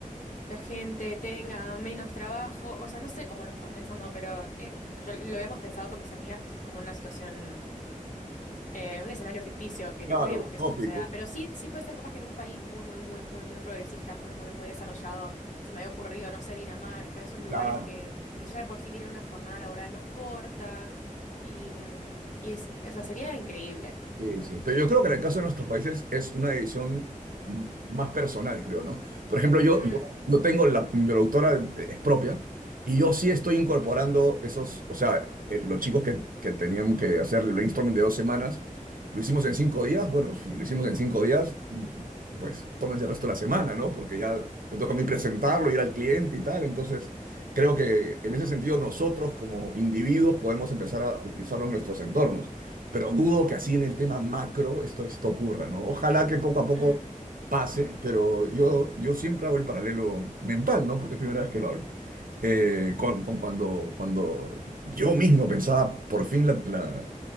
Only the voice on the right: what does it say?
claro,
utópico.
Claro.
Sí, sí. Pero yo creo que en el caso de nuestros países es una decisión m- más personal, creo, ¿no? Por ejemplo, yo,
yo, yo tengo la, mi productora eh, es propia y yo sí estoy incorporando esos, o sea, eh, los chicos que, que tenían que hacer el brainstorming de dos semanas, lo hicimos en cinco días. Bueno, si lo hicimos en cinco días, mm, pues tómense el resto de la semana, ¿no? Porque ya me toca a mí presentarlo, ir al cliente y tal. Entonces, creo que en ese sentido nosotros como individuos podemos empezar a utilizarlo en nuestros entornos. Pero dudo que así en el tema macro esto, esto ocurra, ¿no? Ojalá que poco a poco
pase, pero yo, yo siempre hago el paralelo mental, ¿no? Porque es primera vez que lo hablo. Eh, con, con cuando, cuando yo mismo pensaba, por fin la, la-